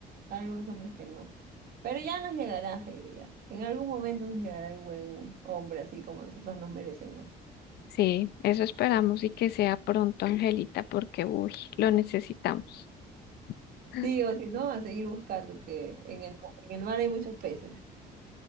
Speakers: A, on the right; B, on the left.
A: hay algunos hombres que no. Pero ya nos llegará, Heidi, ya. En algún momento nos llegará el buen hombre así como nosotras nos merecemos.
B: Sí, eso esperamos y que sea pronto, Angelita, porque uy, lo necesitamos. <laughs>
A: Sí, o si no, a seguir buscando, que en el, en el mar hay muchos peces.